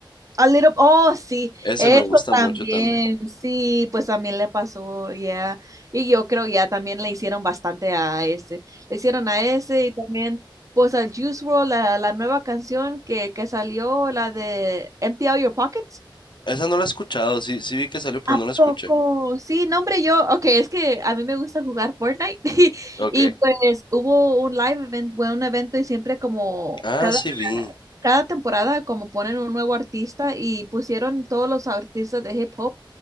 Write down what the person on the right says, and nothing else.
A little, oh, sí,
eso
también,
sí, pues también le pasó, ya. Y yo creo ya también le hicieron bastante a ese. Le hicieron a ese y también, pues al Juice World la, la nueva canción que, que salió, la de Empty Out Your Pockets.
¿A
poco?
Sí, no, hombre, yo, ok, es que a mí me gusta jugar Fortnite <laughs> y,
y pues hubo un live event, fue un evento y siempre como
cada,
cada temporada como ponen un nuevo artista y pusieron todos los artistas de hip hop